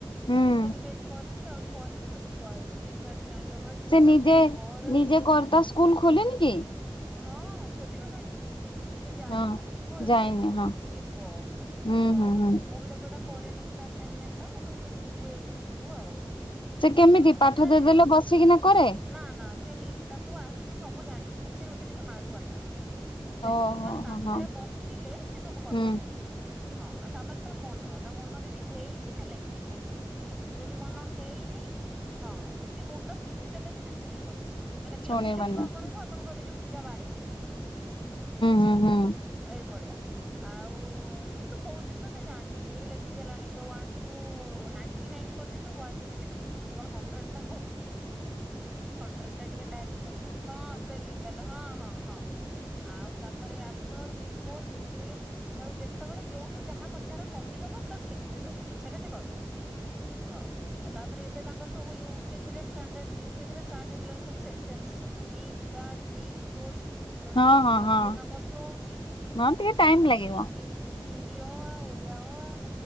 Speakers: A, on the left; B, in the centre.
A: ହୁଁ।
B: ଦି, ତିନି ପେଜ କରିଚି ଆହୁରି କରିନି ସବୁ ଥୁଆ ହେଇଚି ପ୍ରିଣ୍ଟ କାଡିକି କି ଆଣିକି ରଖାହେଇଚି ମୁଁ
A: ସେ
B: କହିଲି ତାକୁ
A: ନିଜେ
B: ସବୁ କର
A: ନିଜେ କରି ତା ସ୍କୁଲ ଖୋଲିନି କି?
B: ହଁ। ଖୋଲିଗଲାଣି ସ୍କୁଲ? ସେ ଟିକେ ଯାଇନେହିଁ
A: ହଁ
B: ଯିବ ଏକ
A: ଯାଇନି
B: ତାରିଖ ପାଖରୁ
A: ହଁ
B: ସେ ଯିବ
A: ହୁଁ
B: ହଁ
A: ହୁଁ ହୁଁ।
B: ମୁଁ ବି ତାକୁ ଏଇଟା କରେଇ ନଥିଲା ଆସାଇନମେଣ୍ଟା ମୁଁ କହିଲି ତ ଯିବୁ ଏକଥରୁ ଯିବୁ ଯିଵୁ
A: ସେ କେମିତି
B: ଆଉ ସେ
A: ପାଠ
B: ନେଁ
A: ଦେଇଦେଲେ ବସିକିନା କରେ
B: ନା ନା। ସେ ତାକୁ ଆସି ସବୁ ଜାଣିଛି କିନ୍ତୁ ସେ ହଉଛି ଟିକେ ମାଡୁଆଟା ହେଲା
A: ଓହୋ
B: କି ମାନେ ପାଖରେ
A: ହଁ ହଁ
B: ବସିଲେ ସେ ସବୁ କରିଦବ
A: ହୁଁ।
B: ହଁ ଆଉ ତାପରେ ତା ମନ ତା ମନ ଯଦି ହେଇଛି ସେ ଲେଖିବ ଯଦି ମନ ହେଇନି ହଁ ସେଠି ମୁଣ୍ଡ ପିଟି ଦେଲେ ବି ସେ ଶୁଣିବନି ମାନେ ବିରକ୍ତି
A: ଶୁଣିବନି
B: ଲାଗିବ
A: ହୁଁ
B: ଆପଣଙ୍କୁ ଆପଣ କହିବେ ଯେ ମୁଁ ଦିଟା ବାଡେଇ ଦେବି କି ତାକୁ। ହଁ
A: ହୁଁ ହୁଁ।
B: ଏଇ ଭଳିଆ ଆଉ କିନ୍ତୁ ବହୁତ ଜିନିଷ ସେ ଜାଣିଛି ଏବେ ଲେଖିଦେଲାଣି ଏବେ ୱାନ ଠୁ ନାଇନଟିନାଇ ପର୍ଯ୍ୟନ୍ତ ୱାଡସରେ ଲେଖି ଦଉଛି କେବଳ ହଣ୍ଡ୍ରେଡ ଟା ହଉନି। ହଣ୍ଡ୍ରେଡଟା ଟିକେ ଟାଇମ ଲା ହଁ ସ୍ପେଲିଙ୍ଗ ବାଲା ହଁ ହଁ ହଁ। ଆଉ ତାପରେ ଆଫ୍ଟର, ବିଫୋର, ବିଟଉଇନ୍ ତାକୁ ଯେତେବେଳେ ଯୋଉଠୁ ଯାହା ପଚାର କହିଦବ ପ୍ଲସ ଲେଖି ବିି ଦବ ସେଇଟା ସେ କରିଦବ ହଁ ତାପରେ ଏବେ ତାଙ୍କର ସବୁ ୟୁ କେଜିରେ ଷ୍ଟାଣ୍ଡାର୍ଡ ୟୁ କେଜିରେ ଷ୍ଟାର୍ଟ ହେଇଗଲାଣି ସବୁ ସେଣ୍ଟେନ୍ସ ସବୁ ଡ଼ିସ ଦ୍ୟାଟ ଦିଜ ଦୋଜ। ସେଗୁଡା
A: ହଁ
B: ଟିକେ ଧରିବା
A: ହଁ ହଁ
B: ତାକୁ ଏଇନା କଷ୍ଟ ହଉଛି
A: ହଁ ଟିକେ ଟାଇମ
B: ତାପରେ
A: ଲାଗିବ।
B: ହିନ୍ଦୀ ହିନ୍ଦୀ ଅ, ଆ ଓଡିଆ ଅ,